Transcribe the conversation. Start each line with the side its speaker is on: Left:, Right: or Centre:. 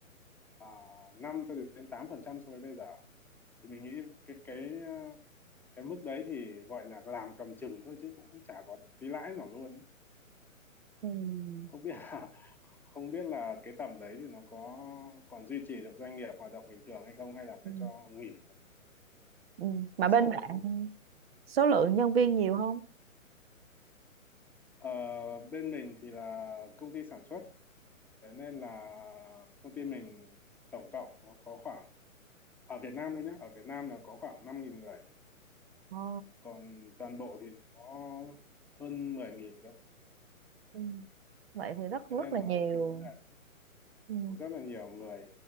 Centre: à, 5 cho đến 8% so với bây giờ thì mình nghĩ cái cái ờ, cái mức đấy thì gọi là làm cầm chừng thôi chứ cũng chả có tí lãi nào luôn ý.
Right: ừ.
Centre: không biết là không biết là cái tầm đấy thì nó có còn duy trì được doanh nghiệp hoạt động bình thường hay không hay là
Right: Ừ.
Centre: phải cho nghỉ một
Right: Ừ. mà
Centre: số
Right: bên bạn số lượng nhân viên nhiều không?
Centre: Ờ, bên mình thì là công ty sản xuất thế nên là công ty mình tổng cộng nó có khoảng ở Việt Nam thôi nhé ở Việt Nam là có khoảng 5.000 người
Right: Ồ.
Centre: còn toàn bộ thì nó hơn 10.000 cơ
Right: Ừ. Vậy thì rất rất
Centre: thế nên
Right: là
Centre: là
Right: nhiều.
Centre: cái vấn đề
Right: Ừ.
Centre: cũng rất là nhiều người